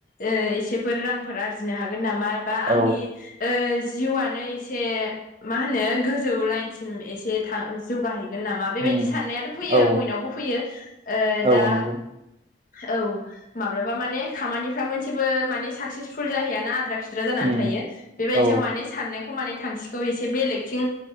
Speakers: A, on the left; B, on the right.
A: एसेफोर रांफोर आरजिनो हागोन नामा बा आंनि
B: औ
A: जिउआनो एसे मा होनो गोजौ लाइनसिम एसे थां जौगाहैगोन नामा बेबायदि
B: उम
A: साननायाथ' फैयो
B: औ
A: बयनावबो फैयो
B: औ
A: दा
B: नंगौ
A: औ माब्लाबा माने खामानिफ्रा मोनसेबो माने साकसेसफुल जाहैयाना आद्रा खि द्रा जानानै
B: उम
A: थायो बेबायदियाव
B: औ
A: माने साननायखौ माने थांखि खौ एसे बेलेगथिं